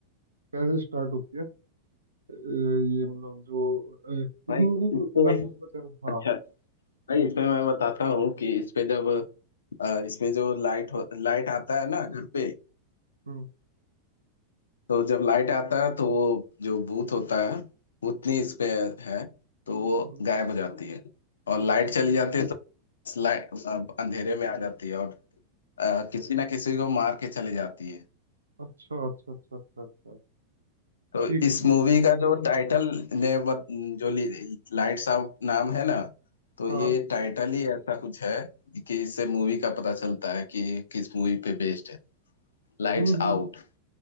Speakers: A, on the right; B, on the left.
A: कैसे स्टार्ट होती है अ, ये मतलब जो अ, इसमें
B: भाई
A: मतलब
B: इस पे
A: मैं पूछना चाह रहा हूँ
B: अच्छा
A: हाँ
B: भाई इसमें मैं बताता हूँ कि इसमें जब अ, इसमें जो लाइट हो, लाइट आता है ना घर पे
A: हम्म
B: तो जब लाइट आता है तो वो जो भूत होता है भूतनी
A: हम्म
B: इस पे है तो वो
A: हम्म,
B: गायब हो जाती है और लाइट चली जाती है तो लाइट अंधेरे में आ जाती है और अ, किसी ना किसी को मार के चली जाती है
A: अच्छा अच्छा अच्छा अच्छा अच्छा
B: तो
A: ठीक
B: इस
A: ठीक
B: मूवी
A: ठीक
B: का जो टाइटल ने बत, जो लाइट्स आउट नाम है ना तो
A: हाँ
B: ये टाइटल ही ऐसा कुछ है कि इससे मूवी का पता चलता है कि किस मूवी पे बेस्ड है लाइट्स
A: हम्म
B: आउट
A: हम्म